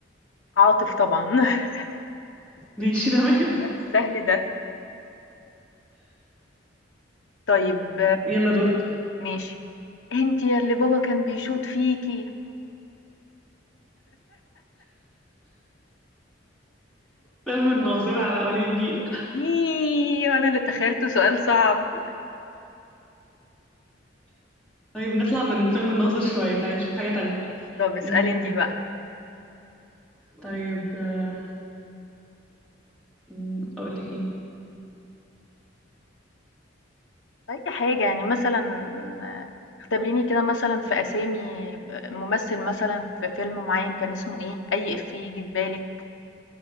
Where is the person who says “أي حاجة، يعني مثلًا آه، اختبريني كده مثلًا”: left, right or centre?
Left